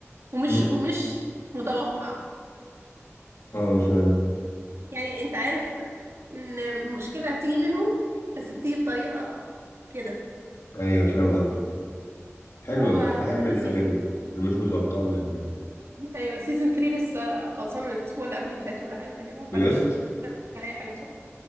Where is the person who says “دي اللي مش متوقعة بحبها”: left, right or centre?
Left